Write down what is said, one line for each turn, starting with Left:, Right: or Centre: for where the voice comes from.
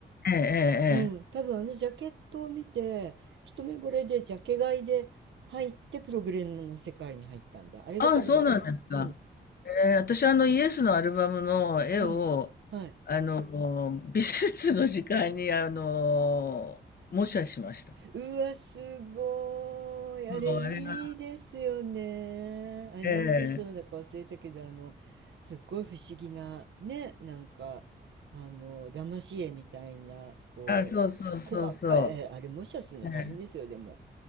Left: ええ、ええ。
Right: うん、
Left: ええ
Right: 多分あのジャケットを見て一目惚れでジャケ買いで入ってプログレムの世界に入ったんだあれが多分初めうん
Left: ああ、そうなんですか。えー私はあのイエスのアルバムの絵を、
Right: うんはい
Left: あの、美術の時間に、あの、模写しました。
Right: うわ、すごい。あれ、
Left: もうあれが、
Right: いいですよね。あれ、
Left: ええ
Right: なんていう人なんだか忘れたけど、あの、すっごい不思議な、ね、なんか、あの、騙し絵みたいな、こう、
Left: あ、そうそうそうそう。
Right: す細かい、えあれ、模写するの大変ですよ、
Left: ええ
Right: でも。